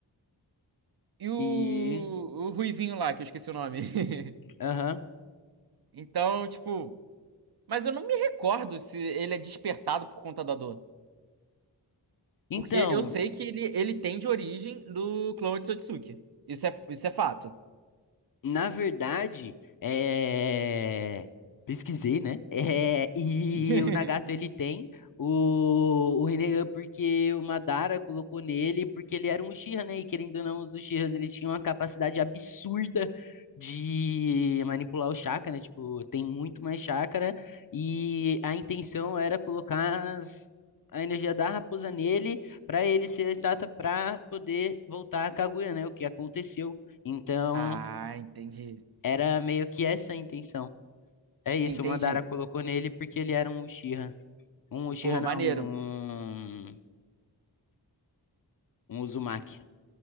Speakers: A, on the right (about 60°); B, on the left (about 50°).
A: e o, o
B: E
A: Ruivinho lá, que eu esqueci o nome. <laughs>
B: aham.
A: Então, tipo, mas eu não me recordo se ele é despertado por conta da dor.
B: Então,
A: Porque eu sei que ele, ele tem de origem do clone de Sotsuki. Isso é, isso é fato.
B: Na verdade, é... pesquisei, né? É, E
A: <laughs>
B: o Nagato ele tem o, o Rinnegan porque o Madara colocou nele, porque ele era um Uchiha, né? E querendo ou não, os Uchihas eles tinham uma capacidade absurda de manipular o chakra, né? Tipo, tem muito mais chakra e a intenção era colocar as- a energia da raposa nele para ele ser a estátua para poder voltar a Kaguya, né? O que aconteceu. Então,
A: Ah, entendi.
B: era meio que essa a intenção. É isso,
A: Entendi.
B: o Madara colocou nele porque ele era um Uchiha. Um Uchiha
A: Pô,
B: não,
A: maneiro.
B: um,
A: Pô,
B: um Uzumaki.